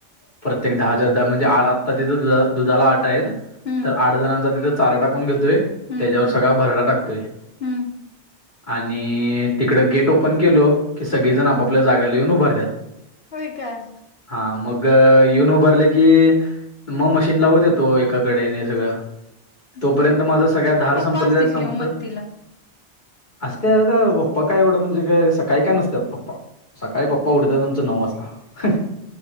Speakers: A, on the left; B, on the left.
A: प्रत्येक दहाच्या दहा म्हणजे आत्ता तिथं द दुधाला आट आहेत.
B: हम्म
A: तर आठ जणांचा तिथे चारा टाकून घेतोय
B: हम्म
A: त्याच्यावर सगळा भरडा टाकतोय.
B: हम्म
A: आणि तिकड गेट ओपन केलो की सगळे जण आपापल्या जाग्याला येऊन उभं रा
B: होय काय?
A: हा मग. येऊन उभारले की मग मशीन लावत येतो एकाकडे सगळं
B: असं
A: तोपर्यंत माझं सगळ्या धार
B: पप्पा
A: संपल्या
B: असतील
A: संपतात.
B: घेऊन मदतीला.
A: असते आता पप्पा काय एवढं म्हणजे काय सकाळी काय नसतात पप्पा सकाळी पप्पा पावडचा तुमचं नऊ वाजता.